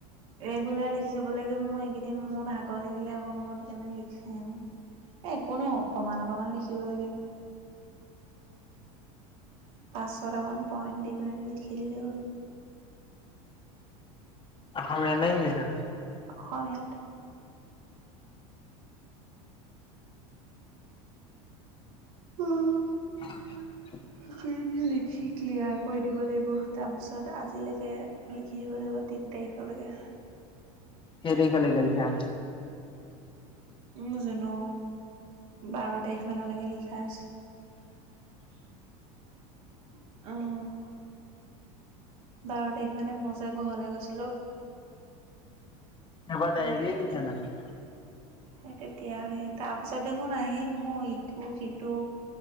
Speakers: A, on the right; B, on the left.
A: ৰেগুলাৰ লিখি যাব লাগে মোৰ এইকেইদিন মোৰ ভাগৰ লাগিলে আকৌ মই সেইকাৰণে লিখাই নাই। এই একো নহয় অকণমান অকণমান লিখিব লাগে। পাঁচ ছটামান পইণ্ট দি পেলাই লিখি দিলে হ'ল।
B: অসমীয়াত নে ইংলিছত?
A: অসমীয়াত। উম।
B: <inaudible>
A: <inaudible> <unintelligible> লিখি ক্লিয়াৰ কৰি দিব লাগিব তাৰ পিছত আজিলৈকে লিখি দিব লাগিব। তিন তাৰিখলৈকে।
B: কেই তাৰিখলৈকে লিখা?
A: নাজানো, বাৰ তাৰিখ মানলৈকে লিখা আছে।
B: <inaudible>
A: অ'। বাৰ তাৰিখ মানে মই যে ঘৰলৈ গৈছিলো।
B: এইবা
A: সিহঁতি
B: ডাইৰিয়ে লিখা নাই।
A: সেই তেতিয়ালে তাৰপিছত দেখোন আহি মোৰ ইটো-সিটো